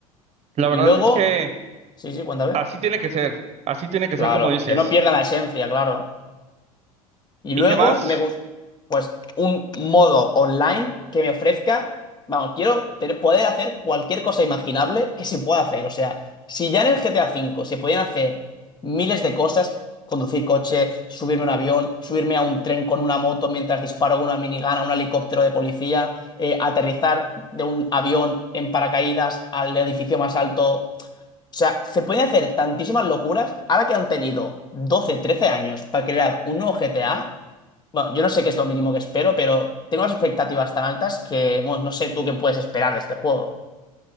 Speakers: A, on the right; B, on the left.
A: la verdad
B: Y luego,
A: es que
B: sí, sí, cuéntame.
A: así tiene que ser, así tiene que
B: Claro,
A: ser como dices.
B: que no pierdan la esencia, claro. Y
A: ¿Y
B: luego
A: qué más?
B: me gusta, pues, un modo online que me ofrezca, vamos, quiero tener- poder hacer cualquier cosa imaginable que se pueda hacer. O sea, si ya en el GTA V se podían hacer miles de cosas, conducir coche, subirme a un avión, subirme a un tren con una moto mientras disparo con una minigun a un helicóptero de policía, eh, aterrizar de un avión en paracaídas al edificio más alto. O sea, se pueden hacer tantísimas locuras ahora que han tenido 12 13 años para crear un nuevo GTA. Bueno, yo no sé qué es lo mínimo que espero, pero tengo las expectativas tan altas que, bueno, no sé tú qué puedes esperar de este juego.